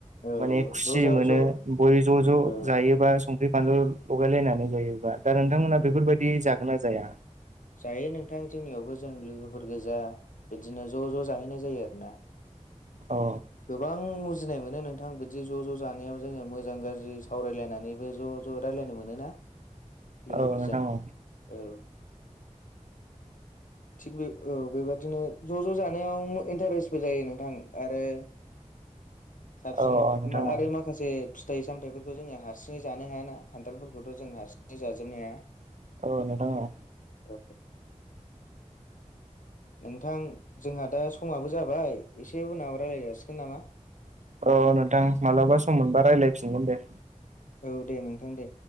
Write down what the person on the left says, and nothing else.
औ
ज' ज'
ज'
औ
औ
जायो नोंथां जोंनियावबो जों लोगोफोर गोजा बिदिनो ज' ज' जाहैनाय जायो आरोना
गोबां मुजिनाय मोनो नोंथां बिदि ज' ज' जानायाव जोङो मोजां गाज्रि सावरायलायनानैबो ज'। ज' रायलायनो मोन ना लोगोफोरजों
औ। थिग बे औ बेबादिनो ज' ज' जानायाव इन्टारेस्टबो जायो नोंथां आरो साबसिन
आरो
माखासे जे फिथाइ सामथाइफोरखौ जोङो हारसिङै जानो हायाना खान्थालफोरखौथ' जों हारसिङै जाजोबनो हाया।
औ नोंथां जोंहा दा समाबो जाबाय एसे उनाव रायज्लायजासिगोन नामा।
औ दे नोंथां दे।